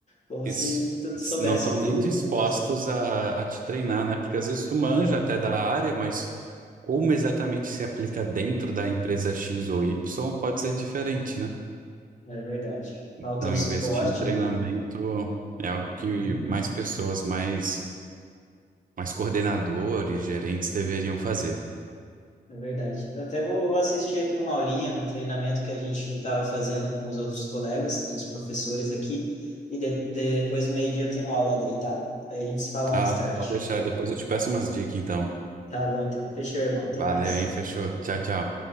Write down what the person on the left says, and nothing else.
como
se tu
soubesse
tudo,
né? Essa,
ah,
uhum,
é verdade.
Falta um suporte
ali, né?
Uhum.
É verdade. Eu até vou assistir aqui uma aulinha, um treinamento que a gente estava fazendo com os outros colegas, dos professores aqui, e de- depois do meio-dia eu tenho aula daí, tá? Aí a gente se fala
mais tarde.
Tá bom, então. Fechou, irmão. Até
mais.